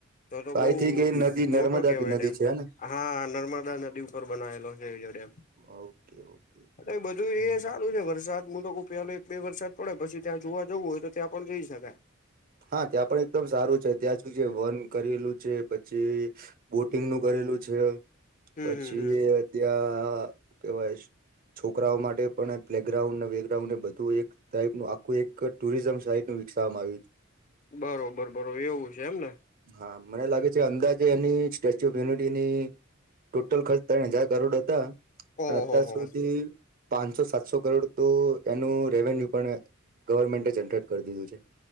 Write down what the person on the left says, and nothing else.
તો તો
બઉ
મોટો કેવાય
ડેમ
હા નર્મદા નદી ઉપર બનાવેલો છે એર્યો ડેમ.
એટલે એ બધું
એ સારું છે વરસાદ મુુંલોકો પેલે એક બે વરસાદ પડે પી ત્યાં જોવા જવું હોય તો ત્યાં પણ જઈ શકાય.
હમ
હમ હમ
બરોબર બરોબર એવું છે એમને.
ઓહો
હો હો